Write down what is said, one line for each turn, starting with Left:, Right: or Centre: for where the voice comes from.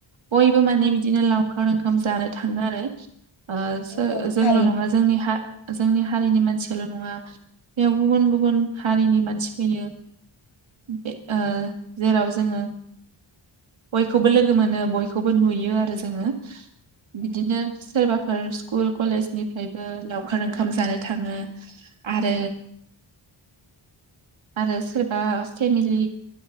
Right: बयबो माने बिदिनो लावखार ओंखाम जानो थाङो आरो ओ
Left: औ
Right: सो
Left: औ
Right: जोंल'
Left: थारैनो
Right: नङा जोंनि ह जोंनि हारिनि मानसियाल' नङा बेयाव गुबुन गुबुन हारिनि मानसि फैयो। बे ओ जेराव। जोङो बयखौबो लोगो मोनो बयखौबो नुयो आरो जोङो।
Left: औ
Right: बिदिनो सोरबाफोर स्कुल कलेजनिफ्रायबो लावखार ओंखाम जानो थाङो आरो आरो सोरबा फेमिलि